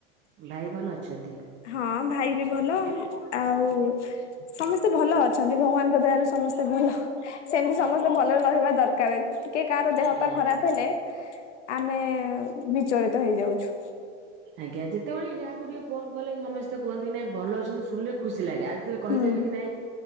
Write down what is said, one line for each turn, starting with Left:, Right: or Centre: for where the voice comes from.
Right: ଭାଇ ଭଲ ଅଛନ୍ତି?
Left: ହଁ ଭାଇ ବି ଭଲ ଆଉ ସମସ୍ତେ ଭଲ ଅଛନ୍ତି ଭଗବାନଙ୍କ ଦୟାରୁ। ସମସ୍ତେ ଭଲ। ସେମିତି ସମସ୍ତେ
Right: ଆଜ୍ଞା
Left: ଭଲରେ
Right: ଆଜ୍ଞା
Left: ରହିବା ଦରକାର ଟିକେ କାହାର ଦେହ
Right: ଆଜ୍ଞା
Left: ପା
Right: ଆଜ୍ଞା
Left: ଖରାପ ହେଲେ ଆମେ ବିଚଳିତ ହେଇଯାଉଚୁ।
Right: ଆଜ୍ଞା ଯେତେବେଳେ ଯାହାକୁ ଟିକେ ଫୋନ କଲେ ସମସ୍ତେ କୁହନ୍ତି କି ନାଇଁ ଭଲ ଅଛନ୍ତି ଶୁଣିଲେ ଖୁସି ସି ଲାଗେ ଆଜିେଲେ କହିଦେବି
Left: ହୁଁ
Right: କି ନାଇଁ